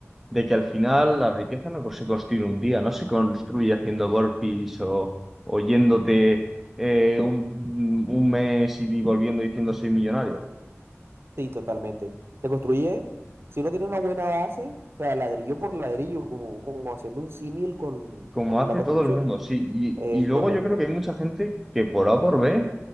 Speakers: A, in the centre; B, on the right (about 55°).
A: de que al final la riqueza no se construye en un día, no se construye haciendo burpees o, o yéndote eh, un, un mes y volviendo diciendo soy millonario,
B: Sí, totalmente. Se construye, si uno tiene una buena base, o sea, ladrillo por ladrillo, como, como haciendo un símil con,
A: como
B: con
A: hace
B: la construcción,
A: todo el mundo, sí. Y,
B: es
A: y luego
B: correcto.
A: yo creo que hay mucha gente que por A o por B,